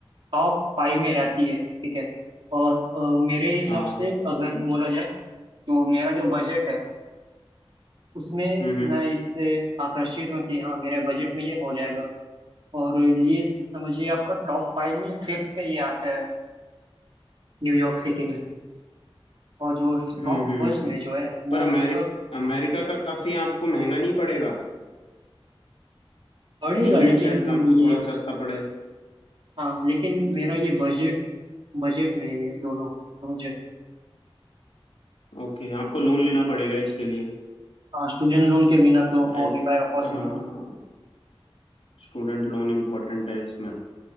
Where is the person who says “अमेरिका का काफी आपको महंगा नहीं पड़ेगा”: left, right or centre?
Left